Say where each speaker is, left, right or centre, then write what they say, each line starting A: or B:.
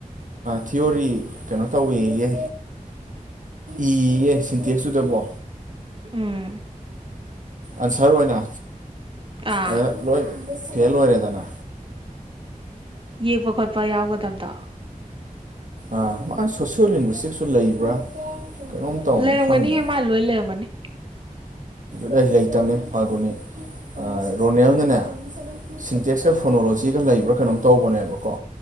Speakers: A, on the right; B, on the right.
A: ꯊꯤꯌꯣꯔꯤ ꯀꯩꯅꯣ ꯇꯧꯋꯦꯌꯦ꯫ ꯏꯌꯦ ꯁꯤꯟꯇꯦꯛꯁꯇꯨꯗꯕꯣ꯫
B: ꯎꯝ
A: ꯑꯟꯁꯔ ꯑꯣꯏꯅ
B: ꯑꯥ
A: ꯑꯗ ꯂꯣꯏ ꯐꯦꯜ ꯑꯣꯏꯔꯦꯗꯅ꯫
B: ꯌꯦꯛꯄ ꯈꯣꯠꯄ ꯌꯥꯎꯒꯗꯞꯗꯣ꯫
A: ꯑ ꯃꯥ ꯁꯣꯁꯤꯌꯣ ꯂꯤꯡꯒ꯭ꯋꯁꯇꯤꯛꯁꯨ ꯂꯩꯕ꯭ꯔꯥ꯫ ꯀꯩꯅꯣꯝ ꯇꯧꯅ
B: ꯂꯩꯔꯝꯒꯅꯤꯍꯦ
A: ꯈꯪꯗꯦ
B: ꯃꯥ ꯂꯣꯏ ꯂꯩꯔꯝꯒꯅꯤ
A: ꯂꯩꯔꯝꯒꯅꯤꯌꯦ ꯃꯥ ꯂꯣꯏ ꯂꯩꯔꯝꯒꯅꯤ ꯑꯩ ꯂꯩꯇꯕꯅꯦ ꯐꯒꯣꯅꯤ ꯑ ꯔꯣꯅꯦꯜꯅꯅꯦ ꯁꯤꯟꯇꯦꯛꯁꯀ ꯐꯣꯅꯣꯂꯣꯖꯤꯒ ꯂꯩꯕ꯭ꯔꯥ ꯀꯩꯅꯣꯝ ꯇꯧꯕꯅꯦꯕꯀꯣ꯫